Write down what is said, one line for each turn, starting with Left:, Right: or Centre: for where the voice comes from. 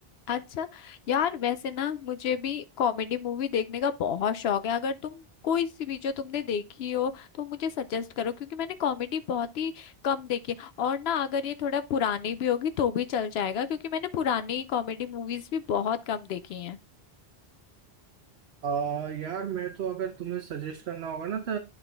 Left: अच्छा यार वैसे ना मुझे भी कॉमेडी मूवी देखने का बहुत शौक है अगर तुम कोई सी भी जो तुमने देखी हो तो मुझे सजेस्ट करो क्योंकि मैंने कॉमेडी बहुत ही कम देखी है और ना अगर ये थोड़ा पुरानी भी होगी तो भी चल जाएगा क्योंकि मैंने पुरानी कॉमेडी मूवीज भी बहुत कम देखी हैं
Right: आ, यार मैं तो अगर तुम्हें सजेस्ट करना होगा ना तो